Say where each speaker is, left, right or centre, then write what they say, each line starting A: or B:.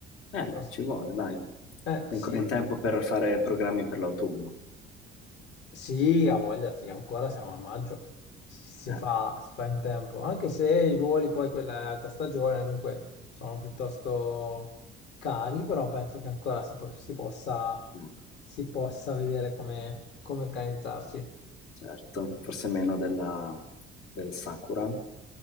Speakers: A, on the left; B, on the left.
A: Eh,
B: Sono-
A: ci vuole, dai.
B: Eh
A: È
B: sì,
A: ancora in tempo per fare programmi per l'autunno.
B: Sì, ha voglia, sì, ancora siamo a maggio, si, si
A: Eh,
B: fa, si fa in tempo, anche se i voli poi quella è alta stagione, dunque sono piuttosto cari, però penso che ancora si, po- si possa,
A: mm,
B: si possa vedere come, come organizzarci.
A: certo, forse meno della, del Sakura,